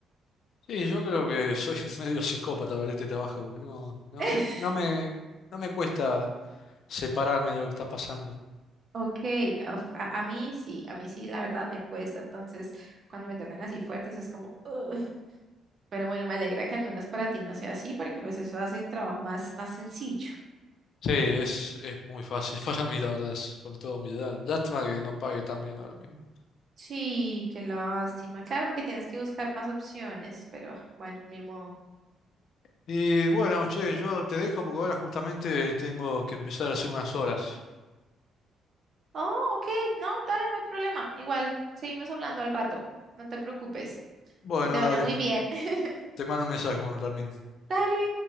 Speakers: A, on the left; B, on the right.
A: Sí, yo creo que soy <laughs> medio psicópata para este trabajo, porque no, no,
B: <laughs>
A: no me, no me cuesta separarme de lo que está pasando.
B: Ok, uf, a, a mí sí, a mí sí, la verdad me cuesta, entonces cuando me tocan así fuertes es como, "Ugh". pero bueno, me alegra que al menos para ti no sea así, porque pues eso hace el trabajo más, más sencillo.
A: Sí, es, es muy fácil <laughs> para mí, la verdad, es con toda humildad. Lástima que no pague tan bien ahora mismo.
B: Sí, qué lástima. Claro, porque tienes que buscar más opciones, pero ah, bueno, ni modo.
A: Y bueno, che, yo te dejo porque ahora justamente tengo que empezar a hacer unas horas.
B: Oh, ok. No, dale, no hay problema. Igual, seguimos hablando al rato. No te preocupes.
A: Bueno,
B: Que te vaya
A: dale,
B: muy bien. <laughs>
A: te mando un mensaje cuando termine.
B: Dale.